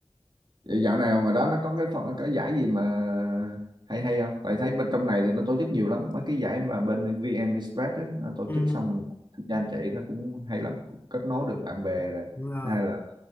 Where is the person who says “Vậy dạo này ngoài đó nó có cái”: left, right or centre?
Right